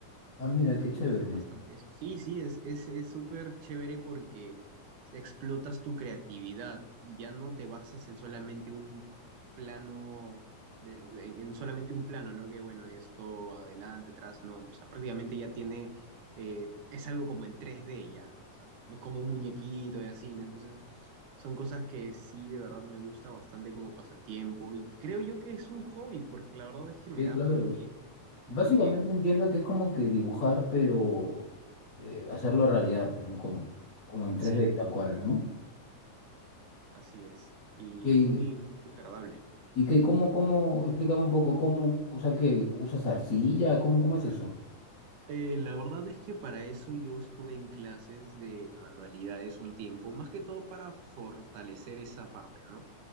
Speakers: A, on the left; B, on the right.
A: ah, mira, qué chévere.
B: Me gusta bastante eso. Sí, sí, es, es, es súper chévere porque explotas tu creatividad y ya no te basas en solamente un plano, de, en, en solamente un plano, ¿no? Que bueno, esto adelante, atrás, no, no. O sea, prácticamente ya tiene, eh, es algo como en tres d ya, ¿no? O sea, como un muñequito y así, ¿no? Entonces, son cosas que sí, de verdad me gusta bastante como pasatiempo y creo yo que es un hobby porque la verdad es que me
A: Sí,
B: da
A: claro.
B: muy bien,
A: Básicamente
B: muy bien.
A: entiendo que es como que dibujar, pero eh, hacerlo realidad, pues, ¿no? Con, como en tres
B: Sí.
A: d tal cual, ¿no?
B: Así es, y
A: Que,
B: es
A: y
B: muy, muy agradable.
A: y que, ¿cómo, cómo, explícame un poco, cómo, o sea, que usas arcilla, ¿cómo, cómo es eso?
B: Eh, la verdad es que para eso yo estuve en clases de manualidades un tiempo, más que todo para fortalecer esa parte, ¿no?